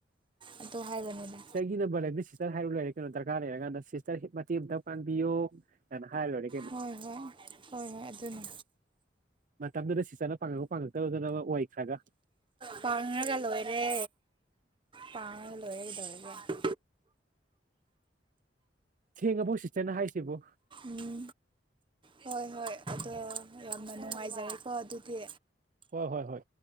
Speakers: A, on the right; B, on the right.
A: ꯑꯗꯨ ꯍꯥꯏꯕꯅꯤꯗ
B: ꯑꯩꯒꯤ ꯅꯝꯕꯔ ꯂꯩꯔꯕꯅꯤꯅ ꯁꯤꯁꯇꯔ ꯍꯥꯏꯔꯨ ꯂꯣꯏꯔꯦ ꯀꯩꯅꯣ ꯗꯔꯀꯥꯔ ꯂꯩꯔ ꯀꯥꯟꯗ ꯁꯤꯁꯇꯔ ꯍꯦꯛ ꯃꯇꯦꯡ ꯑꯃꯇ ꯄꯥꯟꯕꯤꯌꯣ ꯀꯅ ꯍꯥꯏꯔ ꯂꯣꯏꯔꯦ ꯀꯩꯅꯣ
A: ꯍꯣꯏ ꯍꯣꯏ ꯍꯣꯏ ꯍꯣꯏ ꯑꯗꯨꯅꯦ
B: ꯃꯇꯝꯗꯨꯗ ꯁꯤꯁꯇꯔꯅ ꯄꯥꯡꯉꯛꯄ ꯄꯥꯡꯉꯛꯇꯕꯗꯨꯅ ꯑꯃ ꯑꯣꯏꯈ꯭ꯔꯒ
A: ꯄꯥꯡꯉꯒ ꯂꯣꯏꯔꯦ ꯄꯥꯡꯉꯒ ꯂꯣꯏꯔꯦ ꯀꯩꯗꯧꯔꯒꯦ
B: ꯁꯦꯡꯉꯕꯣ ꯁꯤꯁꯇꯔꯅ ꯍꯥꯏꯁꯤꯕꯨ
A: ꯎꯝ ꯍꯣꯏ ꯍꯣꯏ ꯑꯗꯣ ꯌꯥꯝꯅ ꯅꯨꯡꯉꯥꯏꯖꯔꯦꯀꯣ ꯑꯗꯨꯗꯤ
B: ꯍꯣꯏ ꯍꯣꯏ ꯍꯣꯏ